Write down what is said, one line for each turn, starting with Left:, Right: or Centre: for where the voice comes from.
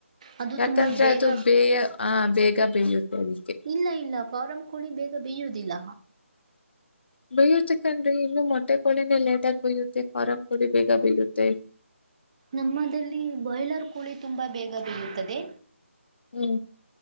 Right: ಅದು
Left: ಯಾಕಂದ್ರೆ
Right: ತುಂಬ ಬೇಗ
Left: ಅದು ಬೇಯ ಆ ಬೇಗ ಬೇಯುತ್ತೆ ಅದಕ್ಕೆ.
Right: ಇಲ್ಲ ಇಲ್ಲ ಫಾರಂ ಕೋಳಿ ಬೇಗ ಬೇಯ್ಯುದಿಲ್ಲ.
Left: ಬಯ್ಯತಕ್ಕನ್ ಇನ್ನು ಮೊಟ್ಟೆ ಕೋಳಿನೇ ಲೇಟ್ ಆಗಿ ಬಯುತ್ತೆ ಫಾರಂ ಕೋಳಿ ಬೇಗ ಬಯುತ್ತೆ.
Right: ನಮ್ಮದಲ್ಲಿ ಬಾಯ್ಲರ್ ಕೂಳಿ ತುಂಬಾ ಬೇಗ ಬೆಯುತ್ತದೆ.
Left: ಹ್ಮ